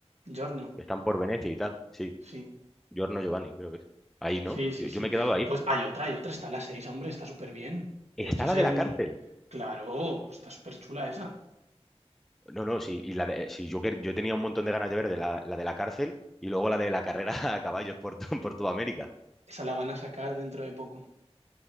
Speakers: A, on the right; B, in the centre.
A: Giorno,
B: Que Están por Venecia y tal. Sí,
A: sí,
B: Giorno Giovanni, creo que es. Ahí, ¿no?
A: sí,
B: Yo,
A: sí,
B: yo
A: sí.
B: me he quedado ahí.
A: Pues hay otra, hay otra, está la 6, hombre, está súper bien.
B: Está
A: De hecho, es
B: la
A: el,
B: de la cárcel.
A: Claro, está súper chula esa.
B: No, no, sí, y la de- sí, yo, quer- yo tenía un montón de ganas de ver de la, la de la cárcel y luego la de la carrera <laughs> a caballos por, to- por toda América.
A: Esa la van a sacar dentro de poco.